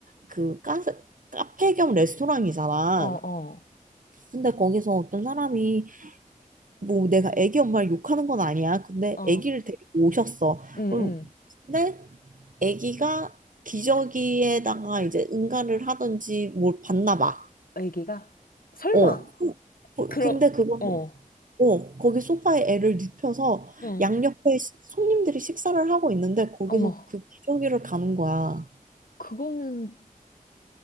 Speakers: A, on the right; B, on the left.
A: 그 카페, 카페 겸 레스토랑이잖아.
B: 어, 어,
A: 근데 거기서 어떤 사람이 뭐 내가 애기 엄마를 욕하는 건 아니야. 근데
B: 어,
A: 애기를 데리고 오셨어.
B: 음, 음.
A: 음, 근데 애기가 기저귀에다가 이제 응가를 하든지 뭘 봤나 봐.
B: 애기가? 설마?
A: 어. 그- 뭐,
B: 그럼,
A: 근데 그거는
B: 어,
A: 어, 거기 소파에 애를 눕혀서
B: 응,
A: 양옆에 시- 손님들이 식사를 하고 있는데 거기서
B: 어머.
A: 그 기저귀를 가는 거야.
B: 그거는